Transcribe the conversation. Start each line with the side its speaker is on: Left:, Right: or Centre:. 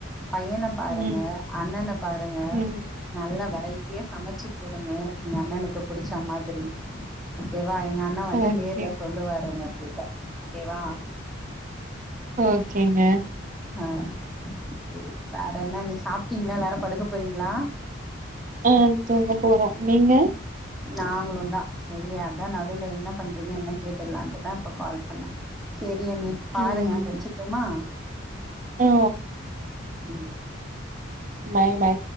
Centre: பையன பாருங்க
Right: ம்
Centre: அண்ணன பாருங்க
Right: ம்
Centre: நல்ல வரை ரூசியா சமைச்சு போடுங்க எங்க அண்ணனுக்கு புடிச்ச மாதிரி ஒகே வ எங்க அண்ண வந்து
Right: ஓகே
Centre: நேத் ல்ல சொல்லுவாரு உங்க ப்பித்த ஓகேவா
Right: ஓகேங்க
Centre: அ சரி வேற என்ன நீ சாப்ட்டீங்களா எல்லாரு படுக்க போறீங்களா
Right: ஆ தூங்க போறோ நீங்க
Centre: நாங்களு தா சரியா அதா நடுவுல என்ன பண்றீங்க என்ன கேட்டுலான்ட்டுதா இப்ப கால் பண்ணே சேரி சரி அண்ணி பாருங்க
Right: ம்
Centre: வச்சுட்டுமா
Right: ஆ
Centre: ம்
Right: மை மை